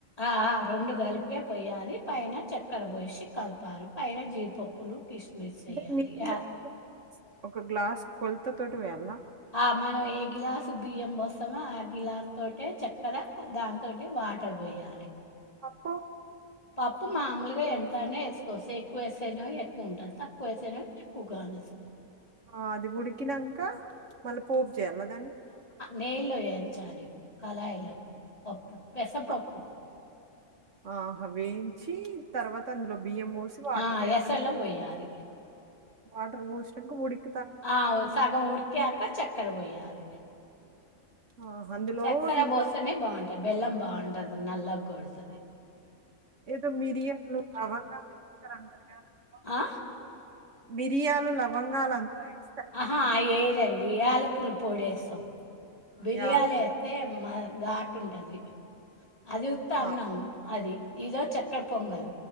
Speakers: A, on the left; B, on the right.
A: ఆ ఆ రెండు కలిపి కే పోయాలి పైన చక్కెర పోసి కలపాలి పైన జీడిపప్పులు కిస్మిస్
B: అంటే
A: ఎయ్యాలి.
B: నీళ్ళో
A: యాహ్!
B: ఒక గ్లాస్ ఒక గ్లాస్ కొలత తోటి పోయాలా.
A: ఆ మనం ఏ గ్లాసు బియ్యం పోస్తామో ఆ గ్లాస్ తోటే చక్కర దానితోటే వా వాటర్ పోయాలె
B: పప్పు
A: పప్పు మామూలుగా ఎంతైనా వేసుకోవస్సు ఎక్కువ వేస్తేనేమో ఎక్కువ ఉంటది, తక్కువ వేస్తే తక్కువ ఉంటది.
B: ఆ అది ఉడికినంక మళ్ళ పోప్ చేయాల దాన్ని
A: నేయ్యిలో యేంచాలి కళాయిలో పప్పు పెసపప్పు.
B: ప ఆహా వేయించి తర్వాత అందులో బియ్యం పోసి వాటర్
A: ఆ!
B: పోయాల
A: ఎసర్లో
B: అన్
A: బొయ్యాలి.
B: వాటర్ పోసినంకా ఉడిక్
A: ఆ సగం ఉడికాక చక్కెర పోయాలె
B: ఆహా అందులో
A: చక్కెర
B: ఇంకా
A: పోస్తనే బావుంటది బెల్లం బావుండదు నల్లగోడతది.
B: ఏదో మిరియాలు, లవంగాలు వేస్తరు అంటరు కదా అందులో.
A: ఆ?
B: మిర్యాలు, లవంగాలు అందులో యేసి
A: ఆహా అయి యేయరండి యాలకుల పొడేస్తాం బిర్యాలు
B: యాలకు.
A: వేస్తే మా ఘాటు ఉంటది అది ఉత్త
B: ఆ!
A: అన్నాం అది ఇదో చెక్కర పొంగల్